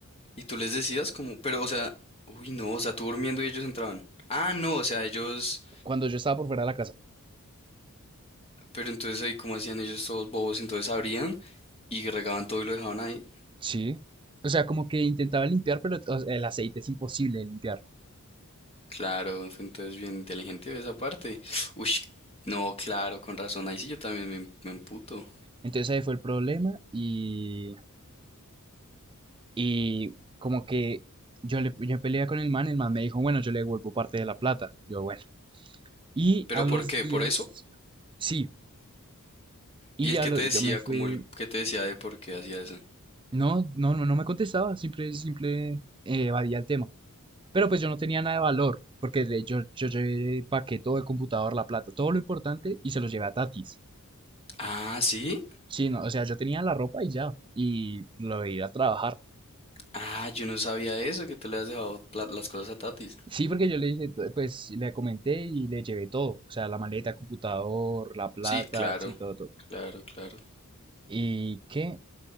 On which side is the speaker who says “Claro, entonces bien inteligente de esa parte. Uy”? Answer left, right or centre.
Left